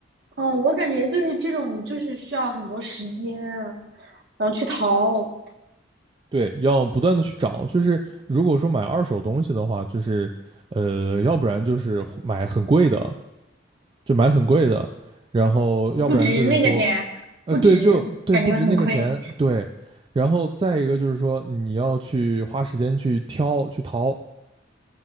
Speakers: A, on the right; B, on the right.
A: 哦，我感觉就是这种，你就是需要很多时间啊然后去淘，
B: 对，要不断的去找，就是如果说买二手东西的话，就是呃，要不然就是买很贵的，就买很贵的，然后要不然就是说，
A: 不值那个价，
B: 呃，
A: 不值，
B: 对，就对，
A: 感觉很亏。
B: 不值那个钱，对，然后再一个就是说你要去花时间去挑去淘